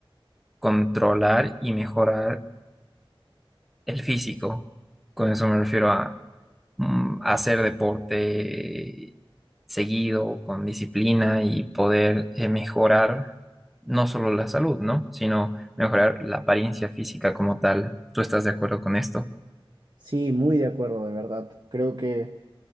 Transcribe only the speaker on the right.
Sí, muy de acuerdo, de verdad. Creo que